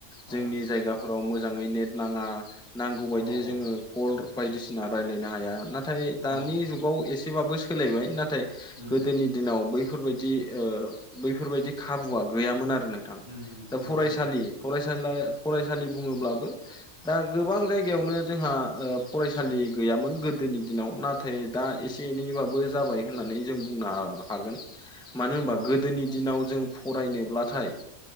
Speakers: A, in the centre; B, on the left (about 75°).
A: जोंनि
B: औ
A: जायगाफोराव मोजाङै नेट नाङा नांगौबायदि
B: औ औ
A: जोङो कल बायदिसिना रायलायनो हाया नाथाय दानि
B: औ औ
A: जुगाव एसेबाबो सोलायबाय नाथाय
B: उम
A: गोदोनि दिनाव बैफोरबायदि ओ बैफोरबायदि खाबुआ गैयामोन आरो नोंथां।
B: उम उम
A: दा
B: नंगौ
A: फरायसालि
B: नोंथां
A: फरायसाला फरायसालि बुङोब्लाबो दा गोबां जायगायावनो जोंहा ओ फरायसालि गैयामोन गोदोनि दिनाव ना थाय दा एसे एनैबाबो जाबाय होननानै जों बुंनो हा-हागोन। मानो
B: औ
A: होनबा
B: औ
A: गोदोनि
B: औ
A: दिनाव जों फरायनोब्लाथाय